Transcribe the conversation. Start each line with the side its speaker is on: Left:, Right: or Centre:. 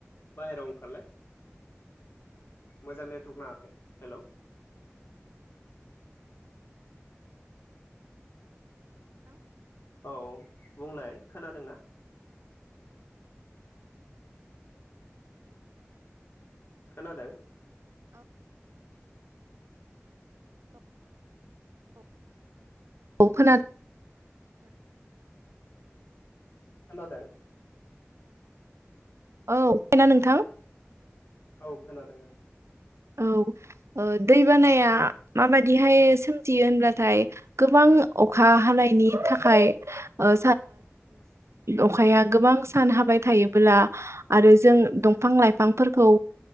Left: बाहेरायाव ओंखारलाय। मोजां नेटवर्क नाङाखै हेलौ औ बुंलाय खोनादोंना खोनादों
Right: औ खोनादों
Left: खोनादों
Right: औ खोनादों नोंथां
Left: औ खोनादों ओं
Right: औ दैबानाया माबाददिहाय सोमजियो होनब्लााथाय गोबां अखा हानायनि थाखाय ओ अखाया गोबां सान हाबाय थायोबोला आरो जों दंफां लाइफांफोरखौ